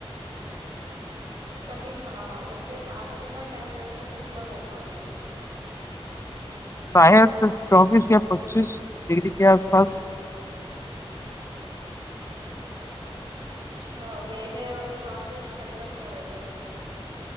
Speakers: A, on the right; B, on the left.
A: صحیح کہا ویسے اپ کے یہاں ٹمپریچر کتنا ہوگا ابھی
B: شاید چوبیس یا پچیس ڈگری کے اس پاس
A: اچھا میرے یہاں بھی کافی ٹھنڈک ہو رہی ہے